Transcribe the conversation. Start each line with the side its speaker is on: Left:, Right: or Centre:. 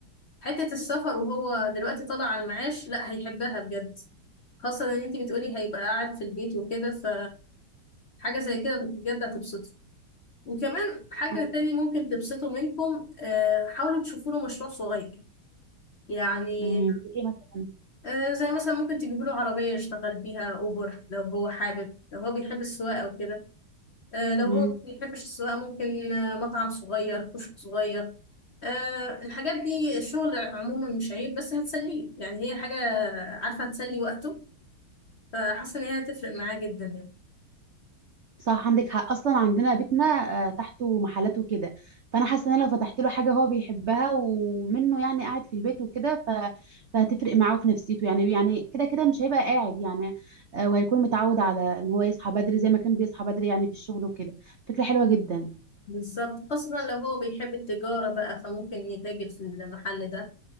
Left: حته السفر وهو دلوقتي طالع على المعاش لا هيحبها بجد خاصه ان انت بتقولي هيبقى قاعد في البيت وكده ف حاجه زي كده بجد هتبسطه وكمان حاجه
Right: عندك
Left: تاني
Right: حق
Left: ممكن تبسطه منكم آه، حاولوا تشوفوا له مشروع صغير يعني
Right: امم ايه مثلا
Left: آه، زي مثلا ممكن تجيب له عربية يشتغل بيها أوبر لو هو حابب لو هو بيحب السواقة وكده آه، لو
Right: مم.
Left: هو ما بيحبش السواقة ممكن آه، مطعم صغير كشك صغير آه، الحاجات دي الشغل عموما مش عيب بس هتسليه يعني هي حاجة عارفة هتسلي وقته فحاسة إن هي هتفرق معاه جدا يعني
Right: صح عندك حق اصلا عندنا بيتنا آه، تحته محلات وكده فانا حاسه ان انا لو فتحت له حاجه هو بيحبها ومنه يعني قاعد في البيت وكده ف... فهتفرق معاه في نفسيته يعني يعني كده كده مش هيبقى قاعد يعني آه، وهيكون متعود على ان هو يصحى بدري زي ما كان بيصحى بدري يعني في الشغل وكده فكره حلوه جدا
Left: بالظبط خاصة لو هو بيحب التجارة بقى فممكن يتاجر في المحل ده